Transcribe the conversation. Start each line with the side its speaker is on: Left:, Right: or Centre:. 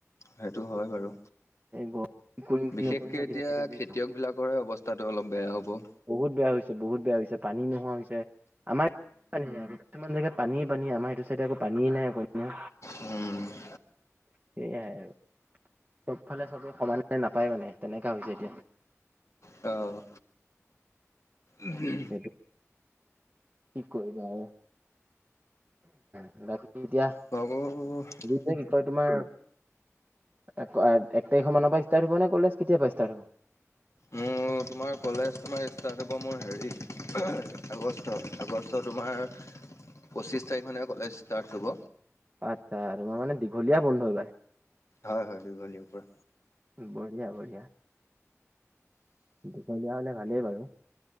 Left: সেইটো হয় বাৰু।
Right: গৰম কৰিম কি
Left: বিশেষকে
Right: নকৰিম লাগি
Left: এতিয়া
Right: থাকে বুজিছা
Left: খেতিয়ক বিলাকৰে অৱস্থ স্হাটো অলপ বেয়া হ'ব।
Right: বহুত বেয়া হৈছে বহুত বেয়া হৈছে পানী নোহোৱা হৈছে। আমাৰ, উম হোম কিছুমান জেগাত পানীয়ে পানী, আমাৰ এইটো চাইডে আকৌ পানীয়েই নাই অকনো।
Left: উম।
Right: সেইয়াই আৰু। চবফালে চবে সমানে নাপায় মানে, তেনেকা হৈছে এতিয়া।
Left: অহ। উমহ
Right: সেইটো কি কৰিবা আৰু। উমহ বাকী এতিয়া
Left: খোৱা-বোৱা <unintelligible>
Right: এই কি কয় তোমাৰ, এক তাৰিখৰ মানৰ পৰা ষ্টাৰ্ট হ'ব নে কলেজ? কেতিয়া পৰা ষ্টাৰ্ট হ'ব? <inaudible>
Left: মোৰ তোমাৰ কলেজ তোমাৰ ষ্টাৰ্ট হ'ব মোৰ হেৰী অহহ আগষ্ট, আগষ্টত তোমাৰ পঁচিছ তাৰিখ মানে কলেজ ষ্টাৰ্ট কৰিব।
Right: অ আচ্ছা, তোমাৰ মানে দীঘলীয়া বন্ধ এইবাৰ।
Left: হয় হয় দীঘলীয়া পোৰা।
Right: বঢ়িয়া বঢ়িয়া। দীঘলীয়া হ'লে ভালেই বাৰু।